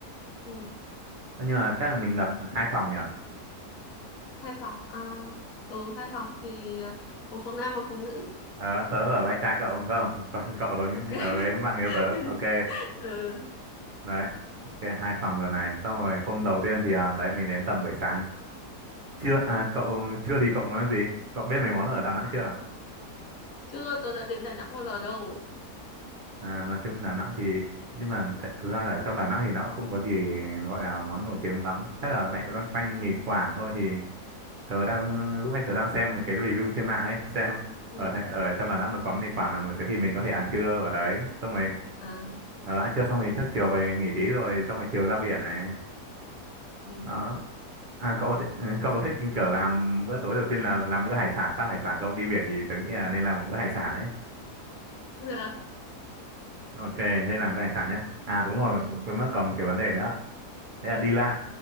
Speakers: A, on the left (about 65°); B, on the right (about 75°).
A: ừ
B: nhưng mà chắc là mình đặt hai phòng nhỉ
A: hai phòng à ừ hai phòng thì à, một phòng nam một phòng nữ
B: ờ, tớ ở với anh trai cậu đúng không <laughs> còn cậu ở,
A: ok
B: ở
A: <laughs>
B: với bạn yêu tớ ok
A: ừ
B: đấy ok hai phòng rồi này xong rồi hôm đầu tiên thì à, đấy mình đến tầm buổi sáng chưa à, cậu chưa thì cậu muốn ăn gì cậu biết mấy món ở Đà Nẵng chưa
A: chưa tôi đã đến Đà Nẵng bao giờ đâu
B: À, nói chung Đà Nẵng thì nhưng mà th thực ra là trong Đà Nẵng thì nó không có gì gọi là món nổi tiếng lắm chắc là lại loanh quanh mì Quảng thôi thì tớ đang lúc ấy tớ đang xem một cái review trên mạng ấy xem
A: ừ
B: ở thành- ở trong Đà Nẵng nó có mì Quảng là nổi tiếng thì mình có thể ăn trưa ở đấy xong rồi
A: à
B: ờ, ăn trưa xong rồi trước chiều về nghỉ tí rồi xong rồi chiều ra biển này
A: ừ
B: đó à cậu có thích, ừ, cậu có thích kiểu làm bữa tối đầu tiên là làm bữa hải sản phát hải sản không đi biển thì tớ nghĩ là nên làm một bữa hải sản ấy
A: cũng được
B: ok thế làm bữa hải sản nhá à đúng rồi
A: ừ
B: quên mất còn một cái vấn đề nữa thế là đi lại